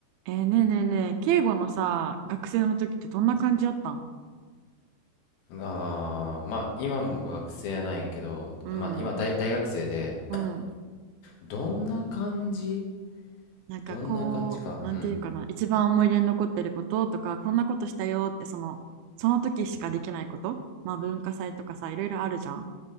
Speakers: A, on the right (about 80°); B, on the left (about 75°).
A: えーねえねえねえ、敬語のさ、学生の時ってどんな感じやったん
B: ああ、まあ今も学生なんやけど、
A: うん、
B: まあ今大、大学生で、
A: うん。
B: どんな感じ
A: なんかこう、
B: どんな感じか。
A: なんていうんかな、
B: うん、
A: 一番思い出に残ってることとか、こんなことしたよって、その、その時しかできないこと、まあ文化祭とかさ、いろいろあるじゃん。